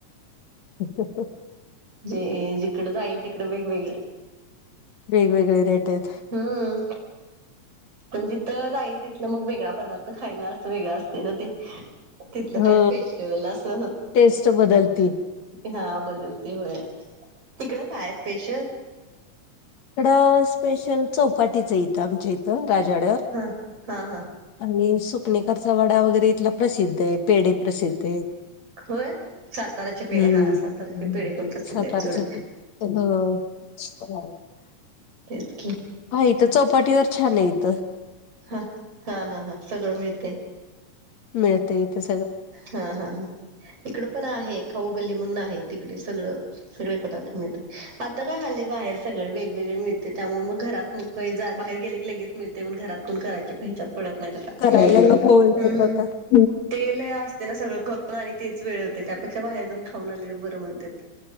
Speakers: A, on the left (about 65°); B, on the right (about 50°).
A: <inaudible>
B: जे जिकडं जाईल तिकड वेगवेगळं.
A: बेईन वेगळे रेटेत.
B: हूं! पण जिथं जाईल तिथलं मग वेगळा पदार्थ खायला असं वेगळं असते ना ते. तिथलं
A: हो
B: काय स्पेशल असं.
A: टेस्ट बदलती
B: हा बदलते होय, तिकडं काय स्पेशल?
A: इकडं स्पेशल चौपाटीचं इथं आमच्या इथं राजवाडया वर.
B: हा हा हा!
A: आणि सुपनेकरचा वडा वगैरे इथला प्रसिद्ध हे पेढ प्रसिद्ध हे.
B: होय साताराचे पेढे
A: हम्म
B: हा साताराचे पेढे पण प्रसिद्ध
A: सातारच्या
B: आहेत सोड
A: हो <inaudible>
B: तेचकी!
A: हा, इथं चौपाटीवर छान ये.
B: हं, हं हं हं सगळं मिळतय.
A: मिळतय इथंच
B: हं हं हं इकड पण आहे, खाऊ गल्ली म्हणून आहे, तिकडे सगळं. सगळे पदार्थ मिळतात, आता काय हल्ली बाहेर सगळे, वेगवेगळे मिळते, त्यामुळे मग घरात पै जा, बाहेर गेले की लगेच मिळते, म घरात कोण करायच्या पेच्यात पडत नाहीत आता,
A: करायला नको म्हणतात
B: हम्म.
A: आता.
B: ते लई असते ना सगळं करून आणि तेच वेळ होते, त्यापेक्षा बाहेर जाऊन खाऊन आलेले, बरं म्हणत्यात.